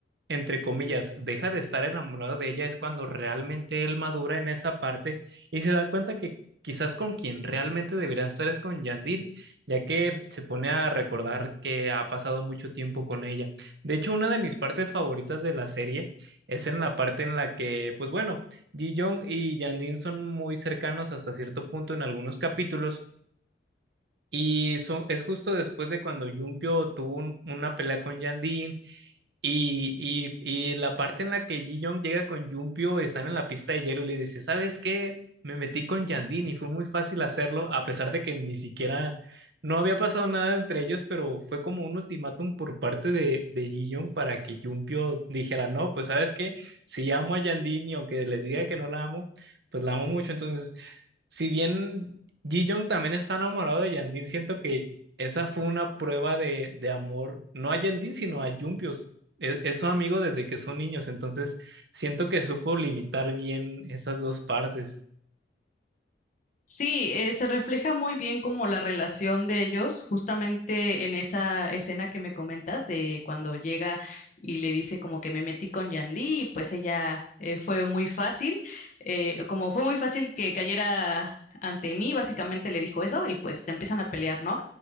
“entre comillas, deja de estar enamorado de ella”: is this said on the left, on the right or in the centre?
Right